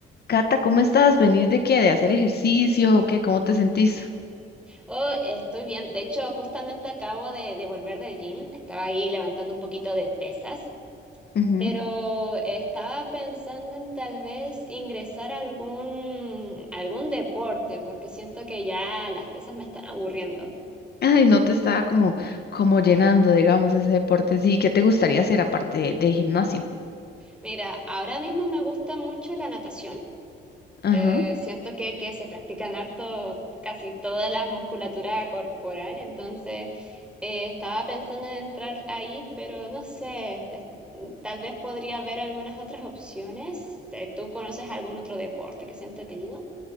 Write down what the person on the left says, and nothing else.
Cata, ¿cómo estás? ¿Venís de qué? ¿De hacer ejercicio o qué? ¿Cómo te sentís?
Ujú.
Ay, no te estaba como, como llenando, digamos, ese deporte. Sí, ¿qué te gustaría hacer aparte de, de gimnasio?
Ajá.